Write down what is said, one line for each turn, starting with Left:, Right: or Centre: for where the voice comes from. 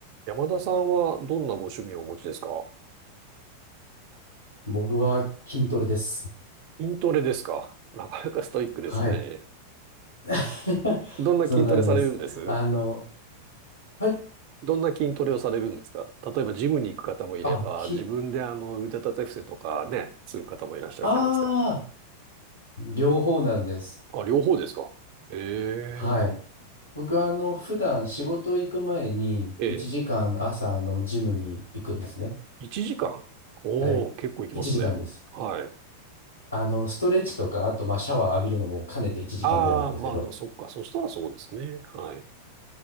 Right: 山田さんはどんなご趣味をお持ちですか
Left: 僕は筋トレです。
Right: 筋トレですかなかなかストイックですね。
Left: はい。<laughs>
Right: どんな筋トレされるんです
Left: そうなんです。あの、はい。
Right: どんな筋トレをされるんですか例えばジムに行く方もいれば、
Left: あ、筋、
Right: 自分であの腕立て伏せとかね、する方もいらっしゃるじゃないですか。
Left: ああ、両方なんです。
Right: あ、両方ですかえ
Left: はい。
Right: え、
Left: 僕はあの、普段仕事行く前に1時間朝のジムに行くんですね。
Right: ええ、1時間。おお、
Left: だい1時間です。
Right: 結構行きますね。はい。
Left: あの、ストレッチとか、あとまあシャワー浴びるのも兼ねて1時間ぐらいなんですけど。
Right: ああ、まあでもそっか。そしたらそうですね。はい。